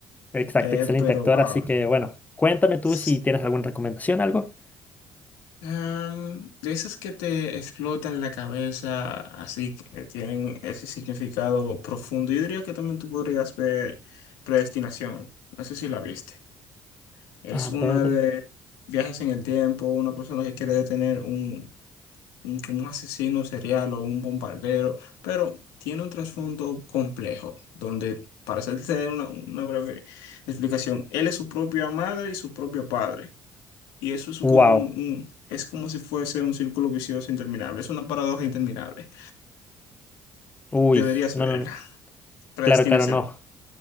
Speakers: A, on the left; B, on the left.
A: exacto,
B: Eh,
A: excelente
B: pero
A: actor.
B: wow.
A: Así que bueno, cuéntame tú
B: S-
A: si tienes alguna recomendación, algo.
B: am, de esas que te explotan la cabeza, así que tienen ese significado profundo. Yo diría que también tú podrías ver Predestinación. No sé si la viste. Es
A: A
B: una
A: ver,
B: de viajes en el tiempo, una persona que quiere detener un, un, como un asesino serial o un bombardero, pero tiene un trasfondo complejo, donde, para hacerte una, una breve explicación, él es su propia madre y su propio padre. Y eso es como
A: wow.
B: un, un- es como si fuese un círculo vicioso interminable, es una paradoja interminable.
A: Uy,
B: Deberías
A: no,
B: verla.
A: no, no,
B: Predestinación.
A: claro, claro, no.